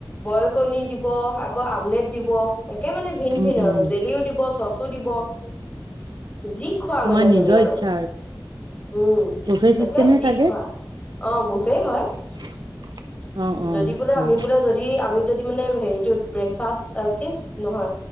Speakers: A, on the left; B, on the right.
A: বইল কণী দিব, আকৌ আমলেট দিব। একে মানে ভিন
B: উম,
A: ভিন,
B: উম,
A: আৰু জেলিও দিব, চচো দিব। যি খোৱা
B: তোমাৰ
A: মানে
B: নিজৰ
A: তুমি আৰু
B: ইচ্ছা
A: উম,
B: বুফে
A: তাকেই
B: চিষ্টেমে
A: যি
B: চাগে
A: খোৱা, অ', বুফেই হয়।
B: <inaudible> অ',
A: যদি বোলে,
B: হয়
A: আমি বোলে যদি, আমি যদি মানে, হেৰিটোত ব্ৰেকফাষ্ট কি, নহয়